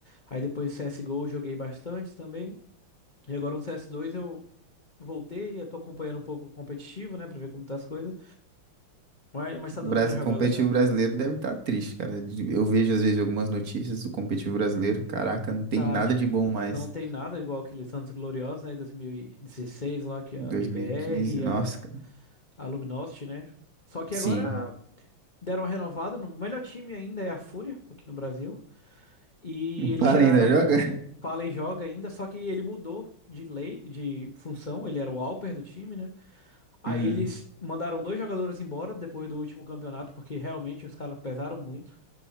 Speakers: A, on the left; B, on the right.
A: Aí depois CSGO eu joguei bastante também. E agora no cs dois eu voltei, eu tô acompanhando um pouco o competitivo, né, pra ver como tá as coisas, mas, mas tá
B: O
A: dando
B: Brasil,
A: pra jogar
B: competitivo
A: legal.
B: brasileiro deve estar triste, cara. De- Eu vejo às vezes algumas notícias do competitivo brasileiro. Caraca, não tem
A: Tá,
B: nada
A: tipo,
B: de bom mais.
A: não tem nada igual aqueles anos gloriosos, né, 2016 lá, que é
B: 2015,
A: a MIBR e
B: nossa,
A: a,
B: cara.
A: a Luminosity, né, só que
B: Sim.
A: agora
B: <laughs>
A: deram uma renovada, no o melhor time ainda é a Fúria, aqui no Brasil, e
B: O
A: eles
B: Pala
A: tiraram
B: ainda joga? <laughs>
A: Fala e joga ainda, só que ele mudou de lei, de função, ele era o Alper do time, né? Aí
B: Hum.
A: eles mandaram dois jogadores embora depois do último campeonato, porque realmente os caras pesaram muito.